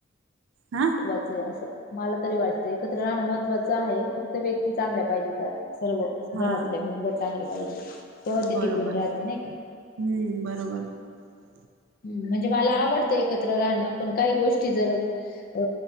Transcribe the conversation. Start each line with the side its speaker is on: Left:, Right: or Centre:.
Right: हा
Left: महत्त्वाचं आहे असं मला तरी वाटतंय एकत्र राहणं महत्त्वाचं आहे फक्त व्यक्ती चांगल्या पाहिजे त्या सर्व घरातले
Right: हा
Left: मेंबर चांगले पाहिजे तेव्हा ते
Right: बरोबर
Left: टिकून राहत नाही का
Right: हम्म बरोबर आहे
Left: हम् म्हणजे मला आवडतं एकत्र राहणं पण काही गोष्टी जर अ